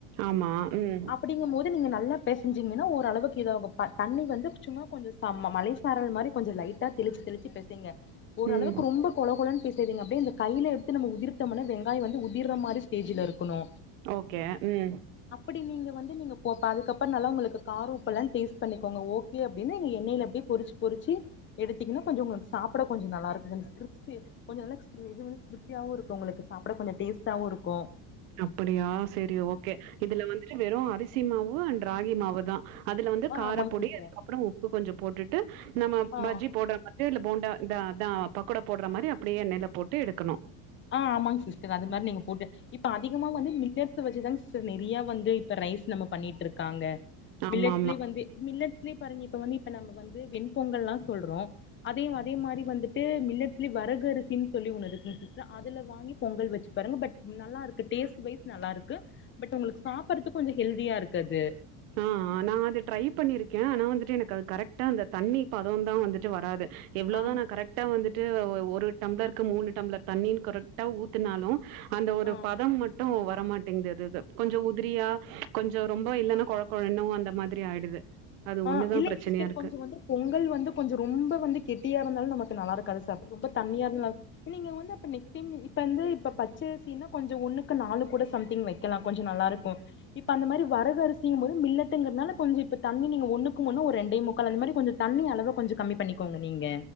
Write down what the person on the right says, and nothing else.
ஆமா. ம்.
ம்.
ஓகே ம்
அப்படியா செரி ஓகே இதுல வந்துட்டு வெறும் அரிசிமாவும் ஒ அண்ட் ராகி மாவு தான் அதுல வந்து
காரப்பொடி
அதுக்கு அப்புறம் உப்பு கொஞ்சம் போட்டுட்டு நம்ம
பஜ்ஜி போடன் <unintelligible> போண்டா இத அதா பக்கோடா போட்ற மாரி அப்டியே என்னைல போட்டு எடுக்கணு
ஆமாமா.
ஆ அ நான் அது ட்ரை பண்ணியிருக்கேன் ஆனா வந்துட்டு எனக்கு அது கரெக்டா அந்த தண்ணி பதம தான் வந்துட்டு வராது எவ்ளோ
தா நா கரெக்டா வந்து த்தூ ஒரு டம்ளருக்கு மூணு டம்ளர் தண்ணீனு கரெக்ட்டா ஊத்துனாலு அந்த ஒரு
பதம் மட்டூ வ வர மாட்டேங்குது து து கொஞ்சோ உதிரியா கொஞ்சோ ரொம்ப இல்லன்னா கொழ குழனு அந்த மாதிரி ஆயிடுது அது
ஒண்ணு தான்
பிரச்சனையா
இருக்கு.